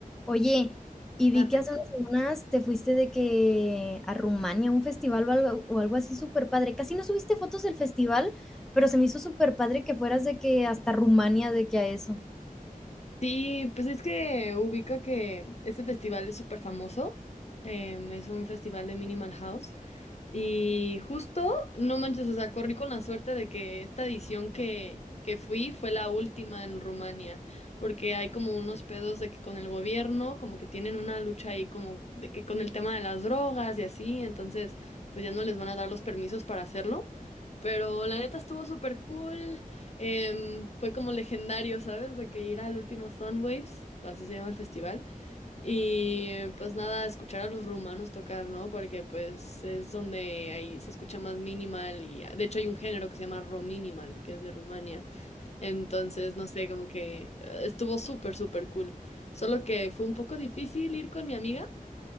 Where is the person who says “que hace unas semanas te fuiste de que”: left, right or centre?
Centre